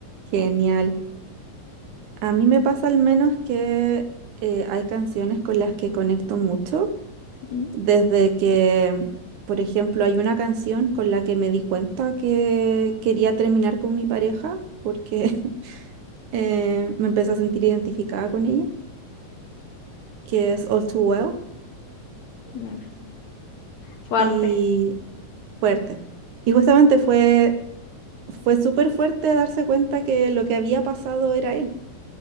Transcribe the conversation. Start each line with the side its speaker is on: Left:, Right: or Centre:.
Right: Genial. A mí me pasa al menos que eh, hay canciones con las que conecto mucho,
Left: Mm,
Right: desde que, por ejemplo, hay una canción con la que me di cuenta que quería terminar con mi pareja porque <laughs> eh, me empecé a sentir identificada con ella, que es All Too Well
Left: mm, Fuerte.
Right: y Fuerte. Y justamente fue fue súper fuerte darse cuenta que lo que había pasado era él.